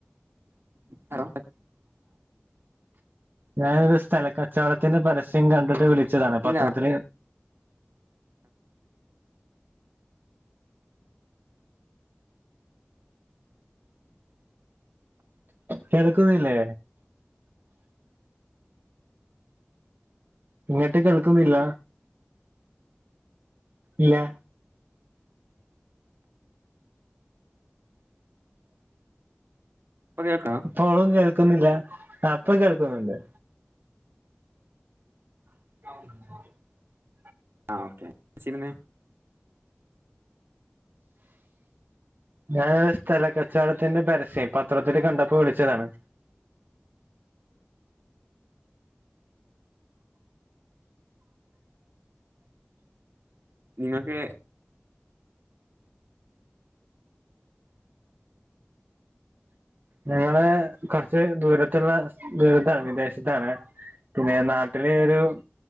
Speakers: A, on the right; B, on the right.
A: ഹലോ
B: ഞാനൊരു സ്ഥലക്കച്ചോടത്തിന്ന് പരസ്യം കണ്ട്ട്ട് വിളിക്കുവാ ച്ചതാണ് അ
A: ഇല്ല
B: പതരത്തിൽ കേൾക്കുന്നില്ലേ ഇങ്ങ്ട്ട് കേൾക്കുന്നില്ല ഇല്ലാ
A: ഇപ്പൊ കേൾക്കോ
B: ഓളൊന്നെ ക്ന്നില്ല ആ ഇപ്പ കേൾക്കുന്ന്ണ്ട് <inaudible>
A: ആഹ് ഓകെ സിനിമേമ്
B: ഞാന് സ്ഥല കച്ചോടത്തിന്റെ പരസ്യയെ പത്രത്തില് കണ്ടപ്പൊ വിളിച്ചതാണ്
A: മിഞ്ഞാന്ന്തേ
B: നാളേ കൊറച് ദൂരത്ള്ള ദൂരത്താണ് വിദേശത്താണ് പിന്നെ നാട്ടിലൊരു